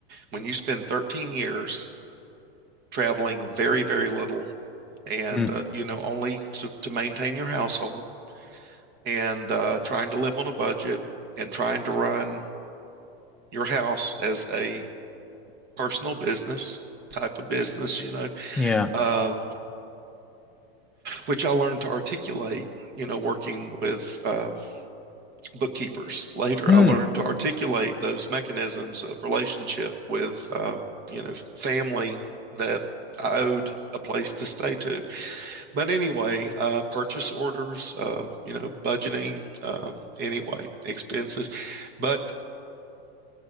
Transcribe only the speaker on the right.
When you spend 13 years traveling very, very little and
uh, you know only to, to maintain your household and uh, trying to live on a budget and trying to run your house as a personal business type of business you know
uh, which i learned to articulate you know working with uh, bookkeepers later
i learned to articulate those mechanisms of relationship with uh, you know family that i owed a place to stay to but anyway, uh, purchase orders, uh, you know, budgeting, uh, anyway, expenses. But